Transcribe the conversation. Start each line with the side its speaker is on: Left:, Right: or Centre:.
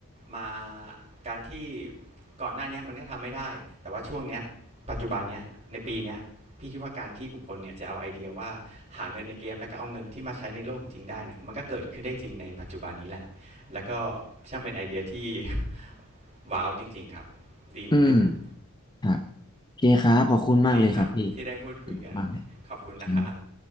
Right: มาการที่ก่อนหน้าเนี้ยมันก็ทำไม่ได้แต่ว่าช่วงเนี้ยปัจจุบันเนี้ยในปีเนี้ยพี่คิดว่าการที่บุคคลเนี่ยจะเอาไอเดียว่าหาเงินในเกมแล้วก็เอาเงินที่มาใช้ในโลกของจริงได้เนี่ยมันก็เกิดขึ้นได้จริงในปัจจุบันนี้แหละแล้วก็ช่างเป็นไอเดียที่ <laughs> ว้าวจริงๆครับดีเหมือนกันครับ
Left: อืมครับโอเคครับขอบคุณมากเลยครับพี่
Right: ดีครับที่ได้พูดคุยกัน
Left: ขอบคุณมากเลย
Right: ขอบคุณนะครับ
Left: ครับ